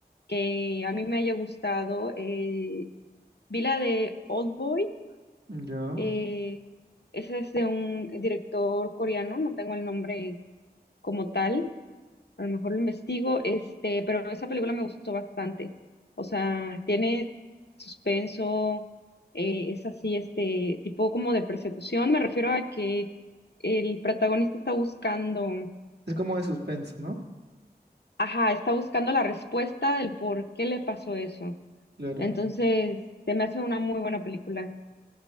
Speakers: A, on the left; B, on the right.
A: que a mí me haya gustado, eh, vi la de Old Boy
B: Ya.
A: Eh, ese es de un director coreano, no tengo el nombre como tal, a lo mejor lo investigo, este, pero esa película me gustó bastante. O sea, tiene suspenso, eh, es así, este, tipo como de persecución. Me refiero a que el protagonista está buscando,
B: Es como de suspenso, ¿no?
A: ajá, está buscando la respuesta del por qué le pasó eso.
B: Claro.
A: Entonces, se me hace una muy buena película.